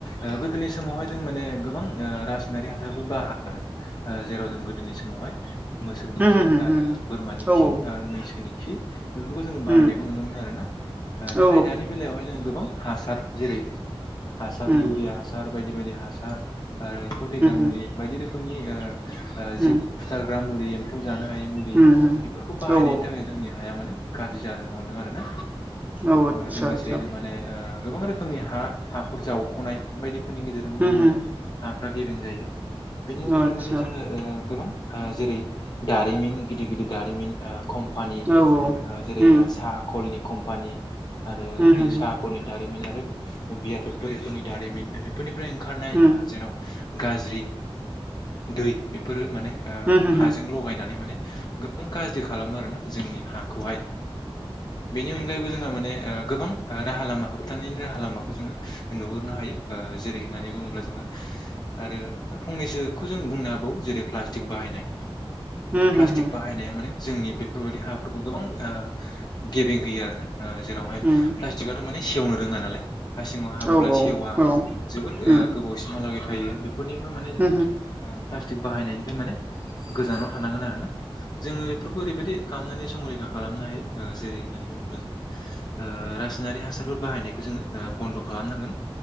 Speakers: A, on the left; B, on the right.
A: ओ गोदोनि समावहाय जों माने गोबां ओ रासायनारि हासारफोर बाहा ओ जेराव जों गोदोनि समावहाय मोसौनि
B: उम
A: खि
B: उम
A: आरो
B: उम
A: बोरमानि
B: औ
A: खि
B: औ
A: आरो मैसोनि खि बेफोरखौ जोङो बाहायनायखौ
B: उम
A: नुनो मोनो आरोना ओ नाथाय
B: औ
A: दानि बेलायावहाय जोङो गोबां हासार जेरै हासार
B: उम उम
A: इउरिया हासार बायदि बायदि हासार आरो एम्फौ थैग्रा मुलि
B: उम
A: बायदि रोखोमनि
B: उम
A: जिब फुथारग्रा मुलि एम्फौ जानो हायि मुलि
B: उम उम
A: बेफोरखौ बाहायनायनि
B: औ
A: थाखाय जोंनि हाया माने गाज्रि जानो हमदों आरोना
B: औ आदसा
A: लोगोसेयैनो
B: आदसा
A: माने गोबां रोखोमनि हा हाखर जावख'नाय बायदिफोरनि गेजेरजोंबो जों
B: उम
A: माने
B: उम
A: हा गेबें जायो बेनि उननिफ्राय
B: आदसा
A: माने जोङो गोबां जेरै दारिमिन गिदिर गिदिर दारिमिन कम्पानि
B: औ औ
A: जेरै
B: उम
A: सा कलनि कम्पानि आरो
B: उम उम
A: सा कलनि दारिमिन आरो बिया पक्तरिफोरनि दारिमिन बेफोरनिफ्राय ओंखारनाय
B: उम
A: जेराव गाज्रि दै बेफोरो माने
B: उम उम
A: हाजों लगायनानै माने गोबां गाज्रि खालामो आरो ना जोंनि हाखौहाय बेनि अनगायैबो जोंहा माने गोबां राहा लामा होबथानायनि राहा लामाखौ नुहरनो हायो जेरै होननानै बुङोब्ला जोङो आरो फंनैसोखौ जों बुंनो हाबावो जेरै प्लास्टिक बाहायनाय
B: उम
A: प्लास्टिक
B: उम
A: बाहायनाया माने जोंनि बेफोरबायदि हाफोरखौ गोबां ओ गेब्रें होयो आरोना जेरावहाय
B: उम
A: प्लास्टिकआथ' माने सेवनो रोङा नालाय हा सिङाव हाबोब्ला
B: औ औ
A: सेवा
B: उम
A: जोबोद
B: उम
A: गोबावसिमहालागै थायो फोरनिफ्राय माने जोङो
B: उम
A: प्लास्टिक बाहायनायनिफ्राय माने गोजानाव थानांगोन आरो ना जोङो बेफोरखौ ओरैबायदि खालामनानै संरैखा खालामनो हायो जेरै होननानै बुङोब्ला जोङो रासायनारि हासारफोर बाहायनायखौ जोङो बन्द' खालामनांगोन